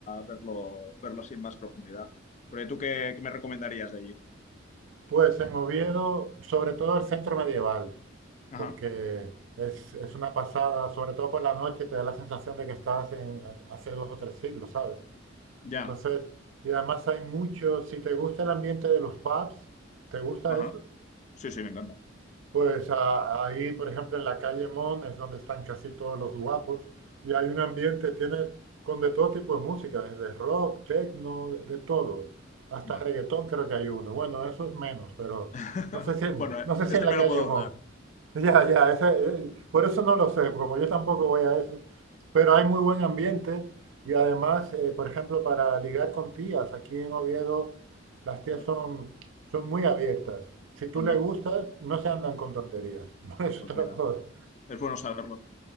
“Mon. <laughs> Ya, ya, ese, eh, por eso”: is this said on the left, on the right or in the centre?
Right